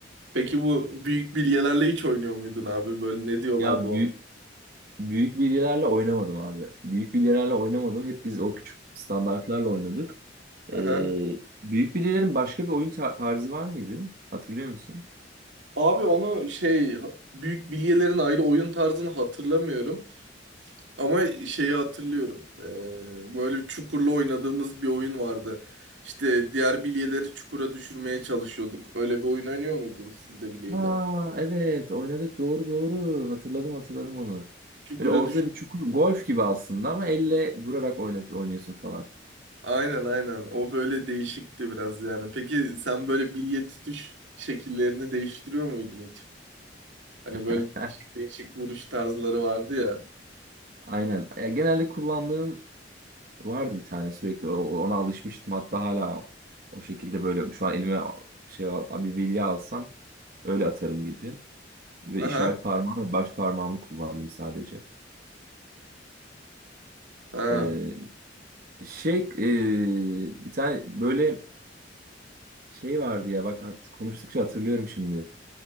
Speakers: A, on the right (about 85°); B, on the right (about 50°).
A: Peki bu büyük bilyelerle hiç oynuyor muydun abi? Böyle ne diyorlardı
B: Ya bü-
A: ona?
B: Büyük bilyelerle oynamadım abi. Büyük bilyelerle oynamadım. Hep biz o küçük standartlarla oynadık. Ee,
A: Aha.
B: büyük bilyelerin başka bir oyun ta- tarzı var mıydı? Hatırlıyor musun?
A: Abi onu şey büyük bilyelerin ayrı oyun tarzını hatırlamıyorum ama şeyi hatırlıyorum. E, böyle çukurlu oynadığımız bir oyun vardı. İşte diğer bilyeleri çukura düşürmeye çalışıyorduk. Öyle bir oyun oynuyor muydunuz siz de bilyeyle?
B: Ha, evet oynadık doğru doğru hatırladım hatırladım onu.
A: Çukura
B: Böyle ortada bir çukur golf gibi aslında ama elle vurarak oynat oynuyorsun falan.
A: Aynen aynen. O böyle değişikti biraz yani. Peki sen böyle bilye tutuş şekillerini değiştiriyor muydun hiç? Hani böyle
B: <laughs>
A: değişik değişik vuruş tarzları vardı ya.
B: Aynen. Ya, genelde kullandığım vardı bir tane sürekli O- ona alışmıştım hatta hala o şekilde böyle şu an elime şey al- bir bilye alsam öyle atarım gibi. Ve
A: Aha.
B: işaret parmağım ve baş parmağımı kullandım sadece.
A: Ha.
B: Ee, şey e, bir tane böyle şey vardı ya bak hat- konuştukça hatırlıyorum şimdi.